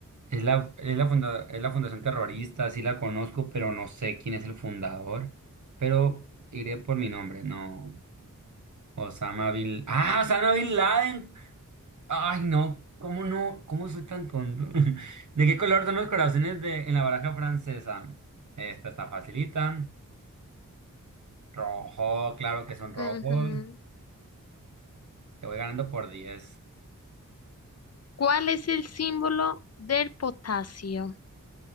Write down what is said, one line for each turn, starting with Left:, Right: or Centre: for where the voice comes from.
Right: es la, es la funda- es la fundación terrorista, sí la conozco, pero no sé quién es el fundador. Pero iré por mi nombre, no. Osama Bin... ¡Ah! Osama Bin Laden. Ay, no, ¿cómo no? ¿Cómo soy tan tonto? <laughs> ¿De qué color son los corazones de, en la baraja francesa? Esta está facilita. Rojo, claro que son rojos.
Left: Ujú.
Right: Te voy ganando por 10.
Left: ¿Cuál es el símbolo del potasio?